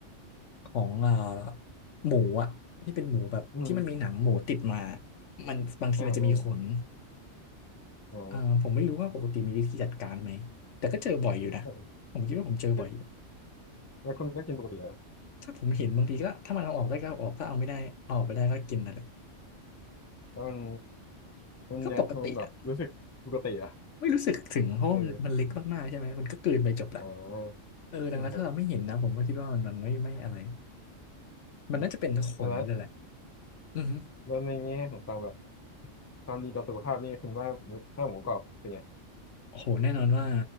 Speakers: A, on the left; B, on the left.
A: ของอ่าหมูอ่ะที่เป็นหมูแบบที่มันมีหนังหมูติดมา
B: อืม
A: มันบางทีมันจะมีขน
B: อ่าอ่าอ๋อ
A: อ่าผมไม่รู้ว่าปกติมีวิธีจัดการไหมแต่ก็เจอบ่อยอยู่นะ
B: แล
A: ผมคิดว่าผมเจอบ่อย
B: ้วแล้วคุณก็กินปกติเหรอ
A: ถ้าผมเห็นบางทีก็ถ้ามันเอาออกได้ก็เอาออกถ้าเอาไม่ได้เอาออกไปได้ก็กินนั่นแหละ
B: แล้วมันมันอยากมันแบบรู้สึกปกติเหรอ่ะ
A: ก็ปกติอ่ะไม่รู้สึกถึงเพราะมันมันเล็กมากๆใช่ไหมมันก็กลืนไปจบละ
B: เอออ๋อ
A: เออดังนั้นถ้าเราไม่เห็นนะผมก็คิดว่ามันมันไม่ไม่อะไร
B: อืมครับอืม
A: มันน่าจะเป็นขนเลยแหละ
B: อ่ะแล้ว
A: อือฮึ
B: แล้วในแง่ของความแบบความดีต่อสุขภาพนี่คุณว่าหมูถ้าหมูกรอบเป็นไง
A: โอ้โหแน่นอนว่า